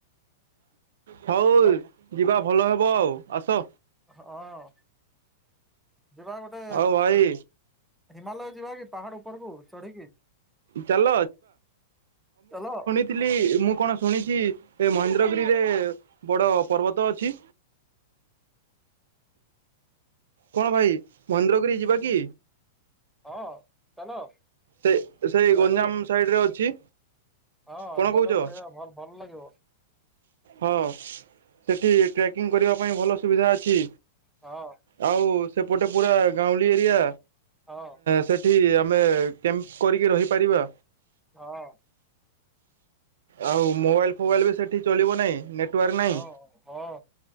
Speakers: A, on the right; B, in the centre.
A: ହଉ
B: ଅ
A: ଯିବା ଭଲ ହେବ ଆଉ ଆସ।
B: ହଁ ଯିବା ଗୋଟେ
A: ଆଉ ଭାଇ
B: ହିମାଲୟ ଯିବା କି? ପାହାଡ ଉପରକୁ ଚଢିକି
A: ଚାଲ
B: ଚାଲ।
A: ଥିଲି। ମୁଁ କଣ ଶୁଣିଚି ଏ ମହେନ୍ଦ୍ରଗିରିରେ ବଡ ପର୍ବତ ଅଛି। କଣ ଭାଇ ମହେନ୍ଦ୍ରଗିରି ଯିବା କି?
B: ହଁ ଚାଲ।
A: ସେ ସେଇ
B: ରେଡି
A: ଗଞ୍ଜାମ ସାଇଡ ରେ ଅଛି।
B: ହଁ
A: କଣ
B: ଗଲେ
A: କହୁଚ
B: ବଢିଆ ଭଲ ଭଲ ଲାଗିବ।
A: ହଁ ସେଠି ଟ୍ରେକିଂ କରିବା ପାଇଁ ଭଲ ସୁବିଧା ଅଛି।
B: ହଁ।
A: ଆଉ ସେପଟେ ପୁରା ଗାଉଁଳି ଏରିଆ।
B: ହଁ
A: ସେଠି ଆମେ କ୍ୟାମ୍ପ୍ କରିକି ରହିପାରିବା।
B: ହଁ।
A: ଆଉ ମୋବାଇଲ ଫୋବାଇଲ ବି ସେଠି ଚଲିବ ନାହିଁ। ନେଟ ଟୱାର୍କ୍ ନାଇଁ
B: ହଁ ହଁ